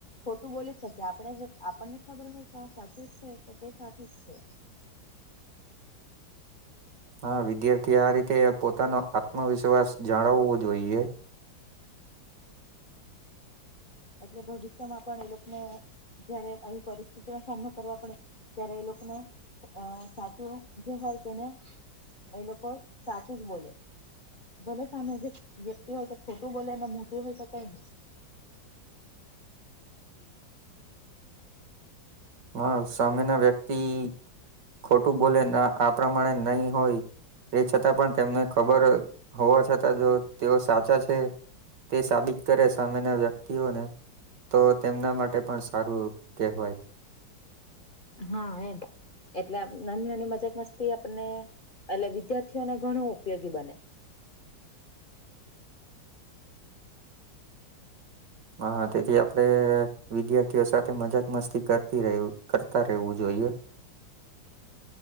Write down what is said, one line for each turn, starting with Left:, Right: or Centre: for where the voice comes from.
Left: ખોટું બોલી શકીએ આપણે આપણને ખબર હોય કે આ સાચ જ છે તો તે સાચી જ છે.
Right: હા વિદ્યાર્થી આ રીતે પોતાનો આત્મવિશ્વાસ જાણવવો જોઈએ.
Left: એટલે ભવિષ્યમાં પણ એ લોકોને જયારે આવી પરિસ્થિતિનો સામનો કરવા પડે ત્યારે એ લોકોને અ સાચું જે હોય તેને એ લોકો સાચી જ બોલે ભોલે સામે જે વ્યક્તિ હોય તો ખોટું બોલે મોટું હોય તો કઈ ન
Right: હા સામે ના વ્યક્તિ ખોટું બોલે આ પ્રમાણે નહી હોય. તે છતાં પણ તેમને ખબર હોવા છતાં જો તેઓ સાચા છે. તે સાબિત કરે સામેના વ્યક્તિઓને. તો તેમના માટે પણ સારું કહેવાય.
Left: હા એ એટલે નાની નાની મજક મસ્તી આપને એટલે વિદ્યાર્થીઓને ઘણું ઉપયોગી બને.
Right: હા તેથી આપણે વિદ્યાર્થીઓ સાથે મજાક મસ્તી કરતી કરતા રહેવું જોઈએ.